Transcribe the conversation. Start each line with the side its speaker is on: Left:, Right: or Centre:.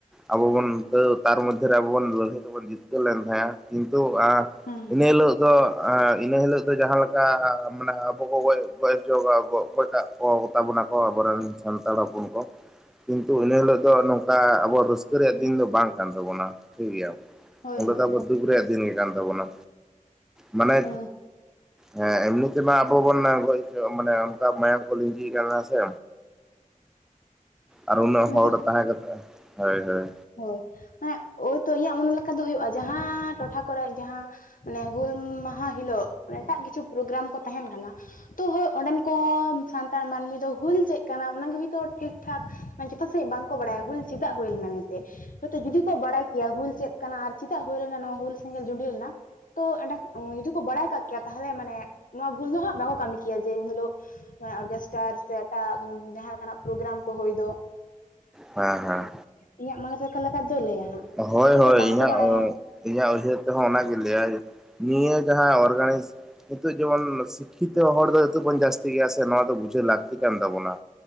Centre: ᱟᱵᱚ ᱵᱚᱱ ᱛᱟᱨ ᱢᱚᱫᱽᱫᱷᱮ ᱨᱮ ᱟᱵᱚ ᱵᱚᱱ ᱞᱟᱹᱲᱦᱟᱹᱭ ᱛᱮ ᱵᱚᱱ ᱡᱤᱛᱠᱟᱹᱨ ᱞᱮᱱ ᱛᱟᱦᱮᱸᱜᱼᱟ᱾ ᱠᱤᱱᱛᱩ
Left: ᱦᱮᱸ
Centre: ᱤᱱᱟᱹ ᱦᱤᱞᱳᱜ ᱫᱚ ᱤᱱᱟᱹ ᱦᱤᱞᱳᱜ ᱫᱚ ᱡᱟᱦᱟᱸ ᱞᱮᱠᱟ ᱢᱟᱱᱮ ᱟᱵᱚ ᱠᱚ ᱜᱚᱡ <unintelligible> ᱜᱚᱡ ᱴᱟᱜ ᱠᱚ ᱛᱟᱵᱚᱱᱟ ᱠᱚ ᱟᱵᱚ ᱨᱮᱱ ᱥᱟᱱᱛᱟᱲ ᱦᱚᱯᱚᱱ ᱠᱚ ᱠᱤᱱᱛᱩ ᱤᱱᱟᱹ ᱦᱤᱞᱳᱜ ᱫᱚ ᱱᱚᱝᱠᱟ ᱟᱵᱚ ᱨᱟᱹᱥᱠᱟᱹ ᱨᱮᱭᱟᱜ ᱫᱤᱱ ᱫᱚ ᱵᱟᱝ ᱠᱟᱱ ᱛᱟᱵᱚᱱᱟ ᱴᱷᱤᱠ ᱜᱮᱭᱟ ᱾
Left: ᱦᱳᱭ
Centre: ᱚᱸᱰᱮ
Left: ᱦᱳᱭ
Centre: ᱫᱚ ᱟᱵᱚ ᱫᱩᱠ ᱨᱮᱭᱟᱜ ᱫᱤᱱ ᱠᱟᱱ ᱛᱟᱵᱚᱱᱟ ᱢᱟᱱᱮ
Left: ᱦᱮᱸ
Centre: ᱦᱮᱸ ᱮᱢᱱᱤ ᱛᱮ ᱢᱟ ᱟᱵᱚ ᱵᱚᱱ ᱜᱚᱡ ᱢᱟᱱᱮ ᱚᱱᱠᱟ ᱢᱟᱭᱟᱝ ᱠᱚ ᱞᱤᱸᱡᱤ ᱠᱟᱱᱟ ᱥᱮ
Left: <inaudible>
Centre: ᱟᱨ ᱩᱱᱟᱹᱜ
Left: ᱢᱟᱱᱮ
Centre: ᱦᱚᱲ ᱛᱟᱦᱮᱸ ᱠᱟᱛᱮᱜ ᱦᱳᱭ ᱦᱳᱭ᱾
Left: ᱦᱳᱭ ᱢᱟᱱᱮ ᱳᱭᱛᱳ ᱤᱧᱟᱹᱜ ᱢᱚᱱᱮ ᱞᱮᱠᱟ ᱫᱚ ᱦᱩᱭᱩᱜᱼᱟ ᱡᱟᱦᱟᱸ ᱴᱚᱴᱷᱟ ᱠᱚᱨᱮ ᱡᱟᱦᱟᱸ ᱢᱟᱱᱮ ᱦᱩᱞ ᱢᱟᱦᱟ ᱦᱤᱞᱳᱜ ᱮᱴᱟᱜ ᱠᱤᱪᱷᱩ ᱯᱨᱳᱜᱨᱟᱢ ᱠᱚ ᱛᱟᱦᱮᱱ ᱠᱟᱱᱟ ᱛᱚ ᱦᱳᱭ ᱚᱸᱰᱮᱱ ᱠᱚ ᱥᱟᱱᱛᱟᱲ ᱢᱟᱹᱱᱢᱤ ᱫᱚ ᱦᱩᱞ ᱪᱮᱫ ᱠᱟᱱᱟ ᱚᱱᱟᱜᱮ ᱦᱳᱭᱛᱳ ᱴᱷᱤᱠ ᱴᱷᱟᱠ ᱡᱷᱚᱛᱚ ᱥᱮᱫ ᱵᱟᱝᱠᱚ ᱵᱟᱲᱟᱭᱟ ᱦᱩᱞ ᱪᱮᱫᱟᱜ ᱦᱩᱭ ᱞᱮᱱᱟ ᱢᱮᱱᱛᱮ ᱦᱚᱭᱛᱚ ᱡᱩᱫᱤ ᱠᱚ ᱵᱟᱲᱟᱭ ᱠᱮᱭᱟ ᱦᱩᱞ ᱪᱮᱫ ᱠᱟᱱᱟ ᱟᱨ ᱪᱮᱫᱟᱜ ᱦᱩᱞ ᱞᱮᱱᱟ ᱱᱚᱣᱟ ᱦᱩᱞ ᱥᱮᱸᱜᱮᱞ ᱡᱩᱸᱰᱤ ᱞᱮᱱᱟ᱾ ᱛᱚ ᱮᱸᱰᱮ ᱡᱩᱫᱤ ᱠᱚ ᱵᱟᱲᱟᱭ ᱠᱟᱜ ᱠᱮᱭᱟ ᱛᱟᱦᱞᱮ ᱢᱟᱱᱮ ᱱᱚᱣᱟ ᱵᱷᱩᱞ ᱫᱚ ᱦᱟᱸᱜ ᱵᱟᱠᱚ ᱠᱟᱹᱢᱤ ᱠᱮᱭᱟ ᱡᱮ ᱩᱱ ᱦᱤᱞᱳᱜ ᱚᱨᱜᱮᱥᱴᱟᱨ ᱥᱮ ᱮᱴᱟᱜ ᱡᱟᱦᱟᱸ ᱞᱮᱠᱟᱱᱟᱜ ᱯᱨᱳᱜᱨᱟᱢ ᱠᱚ ᱦᱩᱭ ᱫᱚ᱾
Centre: ᱦᱮᱸ ᱦᱮᱸ
Left: ᱤᱧᱟᱹᱜ ᱢᱟᱲᱟᱝ ᱴᱟᱠᱟ ᱞᱮᱠᱟ ᱫᱚ ᱞᱟᱹᱭᱟ ᱦᱟᱸᱜ᱾
Centre: ᱦᱳᱭ
Left: ᱦᱳᱭᱛᱳ
Centre: ᱦᱳᱭ
Left: ᱵᱟᱝᱠᱚ
Centre: ᱤᱧᱟᱹᱜ
Left: ᱵᱟᱲᱟᱭᱟ
Centre: ᱤᱧᱟᱹᱜ ᱩᱭᱦᱟᱹᱨ ᱛᱮᱦᱚᱸ ᱚᱱᱟᱜᱤᱧ ᱞᱟᱹᱭᱟ ᱱᱤᱭᱟᱹ ᱡᱟᱦᱟᱸ ᱚᱨᱜᱟᱱᱤᱡ ᱱᱤᱛᱚᱜ ᱡᱮᱢᱚᱱ ᱥᱤᱠᱠᱷᱤᱛᱚ ᱦᱚᱲ ᱫᱚ ᱱᱤᱛ ᱵᱚᱱ ᱡᱟᱹᱥᱛᱤ ᱜᱮᱭᱟ ᱥᱮ ᱱᱚᱣᱟ ᱫᱚ ᱵᱩᱡᱷᱟᱹᱣ ᱞᱟᱹᱠᱛᱤ ᱠᱟᱱ ᱛᱟᱵᱚᱱᱟ᱾